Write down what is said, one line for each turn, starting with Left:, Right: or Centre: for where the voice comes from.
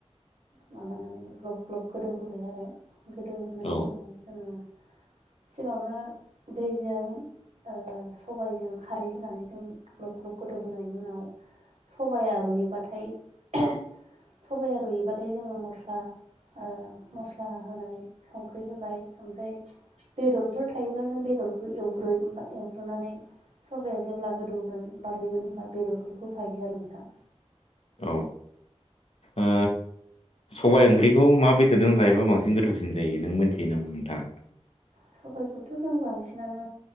Right: माबानानै ग्लब ग्लब गोदौहोबाय आरो गोदौ होनोनायनि
Left: औ
Right: उनाव जोङो
Left: <unintelligible>
Right: सिगाङावनो दैजों ओ सबायाइजों खारै होनानै जों ग्लब ग्लब गोदौहोनायनि उनाव सबाया रुइयोबाथाय सबाया रुइयोबाथाय जोङो मस्ला ओ मस्ला होनाय संख्रि होबाय ओमफ्राय बेदरफोर थायोब्ला जों बेदरखौ एवग्रोयो एवग्रोनानै सबाया जेब्ला गोदौगोन बा रुइगोन होनबा बेदरखौ होफायो आरो नोंथां।
Left: औ ओ सबाइ ओंख्रिखौ मा बेदरजों जायोबा बांसिन गोथावसिन जायो नों मिथियो नामा नोंथाङा?
Right: सबाइखौथ' जों बांसिनानो